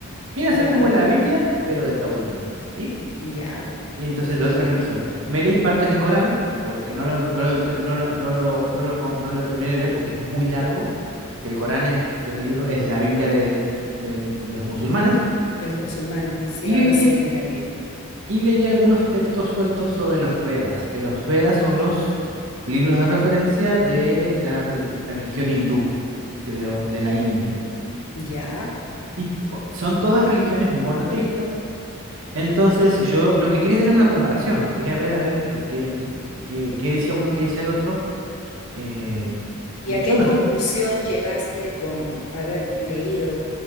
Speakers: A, on the right; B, on the left.
A: Viene
B: Ya,
A: a ser como la Biblia, pero del taoísmo, ¿sí?
B: ya.
A: Y entonces de otra religión. Me leí partes del Corán, porque no lo, no lo no lo- no lo- no lo co- no lo terminé de leer porque es muy largo. El Corán es el libro, es la Biblia del- del- de los musulmanes.
B: De los musulmanes, sí,
A: Y,
B: algo así,
A: le-
B: entendí.
A: y leí algunos textos sueltos sobre los Vedas, que los Vedas son los libros de referencia de la rel- religión hindú, que de, lo- de la India.
B: Ya.
A: Y t- son todas religiones monoteístas Entonces, yo
B: ¿Mm?
A: lo que quería hacer era una comparación. Quería ver, a ver, qué, qué- qué- qué decía uno, qué decía el otro. Eh,
B: ¿Y
A: yo
B: a qué
A: no-
B: conclusión
A: sé.
B: llegaste con haber leído